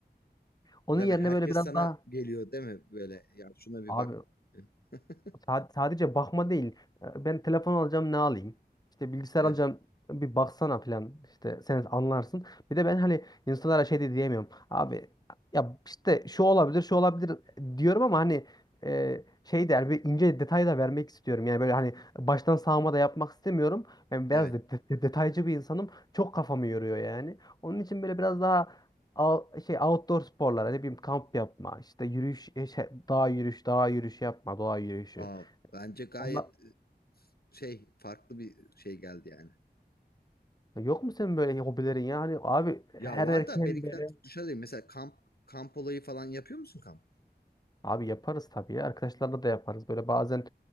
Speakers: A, on the left; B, on the left.
A: Onun
B: Tabii
A: yerine
B: herkes
A: böyle biraz
B: sana
A: daha
B: geliyor değil mi? Böyle ya şuna bir
A: abi
B: bak. <laughs>
A: Sa- Sadece bakma değil. E, Ben telefon alacağım ne alayım? İşte bilgisayar
B: Evet.
A: alacağım bir baksana falan. İşte sen anlarsın. Bir de ben hani insanlara şey de diyemiyorum. Abi ya işte şu olabilir şu olabilir diyorum ama hani e, şey der bir ince detay da vermek istiyorum. Yani böyle hani baştan sağma da yapmak istemiyorum. Ben
B: Evet.
A: biraz de, de- detaycı bir insanım. Çok kafamı yoruyor yani. Onun için böyle biraz daha Al- şey outdoor sporlar ne bileyim kamp yapma işte yürüyüş e, şey, dağ yürüyüş dağ yürüyüşü yapma doğa yürüyüşü
B: Aa, bence gayet
A: Ondan...
B: e, şey farklı bir şey geldi yani.
A: Yok mu senin böyle hobilerin ya? Hani abi
B: Ya
A: her
B: var
A: erkeğin
B: da benimkiler
A: böyle
B: dışarıdayım. Mesela kamp kamp olayı falan yapıyor musun kamp?
A: abi yaparız tabii ya. Arkadaşlarla da yaparız. Böyle bazen